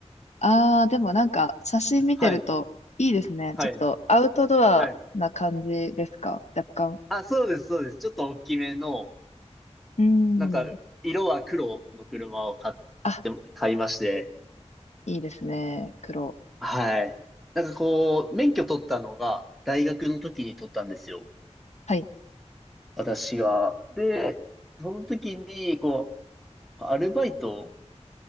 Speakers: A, on the left; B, in the centre.
A: ああ、でもなんか、写真見てるといいですね。
B: はい。はい、
A: ちょっとアウトドアな感じですか若干。
B: はい。あ、そうです、そうです。ちょっと大きめの、
A: うん。
B: なんか、色は黒の車を買って、
A: あ、
B: 買いまして、
A: いいですね。黒。
B: はい。なんかこう、免許取ったのが、大学の時に取ったんですよ。
A: はい。
B: 私は。で、その時に、こう、アルバイトを